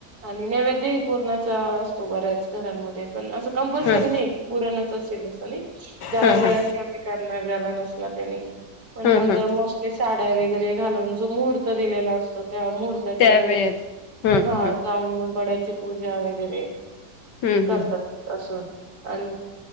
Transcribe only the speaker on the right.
आणि नैवेद्य. पुरणाचा असतो बऱ्याच घरांमध्ये पण अस कंपल्सरी
नाही की परणच असेल अस नाही ज्याला
वेळ असला गला नसला त्यानी पण
मग
मोस्ट साड्या वगैरे घालून जो मुहूर्त दिलेला असतो त्या मूर्त त्याच्या
वेळेत
हा जाऊन मग वड्याची पुजा वगैरे
करतात
अस आणि.